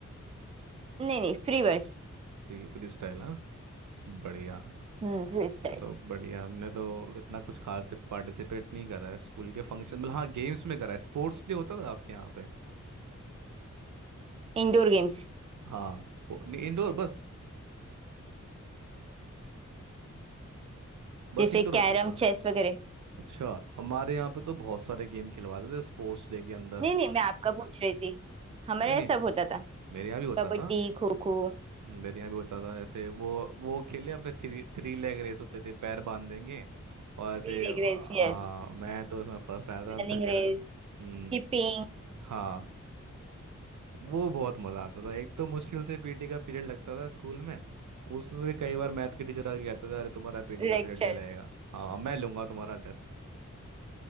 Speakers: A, on the right (about 20°); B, on the right (about 75°).
A: नहीं नहीं free verse
B: तो ये फ्री स्टाइल हाँ बढ़िया
A: हम्म Free style
B: चलो बढ़िया हमने तो इतना कुछ खास से पार्टिसिपेट नहीं करा है स्कूल के फंक्शन में हाँ गेम्स में करा है स्पोर्ट्स डे होता था आपके यहाँ पे
A: Indoor games
B: हाँ स्पोर्ट नहीं इंडोर बस बस
A: जैसे
B: इंडोर होता
A: कैरम
B: था
A: चेस वगैरह
B: अच्छा हमारे यहाँ पे तो बहुत सारे गेम खिलवाते थे स्पोर्ट्स डे के अंदर
A: नहीं नहीं मैं आपका पूछ रही थी हमारे
B: नहीं
A: यहाँ
B: नहीं
A: सब होता था
B: मेरे यहाँ भी होता
A: कबड्डी
B: था
A: खो खो
B: बढ़िया भी होता था जैसे वो वो खेले अपने थ्री थ्री लेग रेस होते थे पैर बांध देंगे और ऐसे
A: टीरेग
B: आ,
A: race
B: आ,
A: yes
B: मैं तो उसमें फर्स्ट आया था अभी
A: Running
B: तक घर
A: race
B: में हम्म,
A: Skipping
B: हाँ वो बहुत मज़ा आता था एक तो मुश्किल से पीटी का पीरियड लगता था स्कूल में उसमें भी कई बार मैथ के टीचर आके कहते थे अरे तुम्हारा पीटी का
A: Lecture
B: पीरियड नहीं लगेगा हाँ मैं लूंगा तुम्हारा टेस्ट